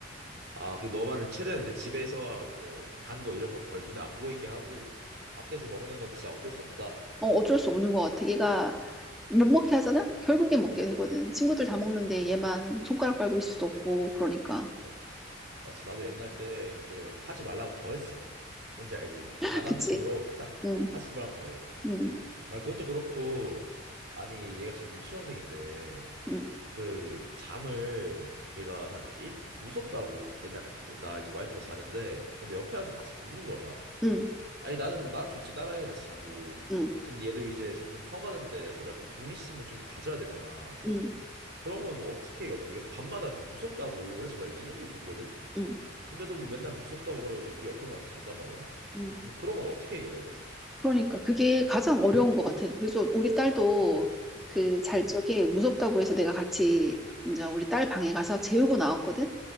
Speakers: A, on the right (about 55°); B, in the centre.
A: 아, 그 너만은 최대한 이제 집에서 이제 단 거 이런 건 거의 눈에 안 보이게 하고 밖에서 먹는 건 진짜 어쩔 수 없다.
B: 어, 어쩔 수 없는 것 같아. 얘가 못 먹게 하잖아? 결국엔 먹게 되거든. 친구들 다 먹는데 얘만 손가락 빨고 있을 수도 없고, 그러니까.
A: 맞지. 맞지. 나도 옛날 때 그 하지 말라면 더 했어. 뭔지 알지?
B: <laughs>
A: 반항심으로
B: 그치?
A: 그 딱
B: 응,
A: 하지 말라면 더 해.
B: 응,
A: 아, 그것도 그렇고, 아니, 얘가 지금 유치원생인데,
B: 응,
A: 그 잠을 얘가 한 일, 무섭다고 맨날 그 나 이제 와이프랑 자는데, 근데 옆에 와서 같이 눕는 거야.
B: 응,
A: 아니, 나는, 나는 좋지. 딸아이 같이 자고.
B: 응,
A: 근데 얘도 이제 점점 커가는데 서로 약간 좀 독립심을 좀 가져야 되잖아.
B: 응,
A: 그런 건 어떻게 해? 이게 밤마다 그 무섭다고 해서 내가 인형도 줬거든?
B: 응,
A: 근데도 뭐 맨날 무섭다고 그래가지고 우리 옆에서 와서 잔단 말이야.
B: 응.
A: 뭐 그런 건 어떻게 해결해야 돼?
B: 그러니까 그게 가장 어려운 것 같아. 그래서 우리 딸도 그 잘
A: 응,
B: 적에 무섭다고 해서 내가 같이 이제 우리 딸 방에 가서 재우고 나왔거든?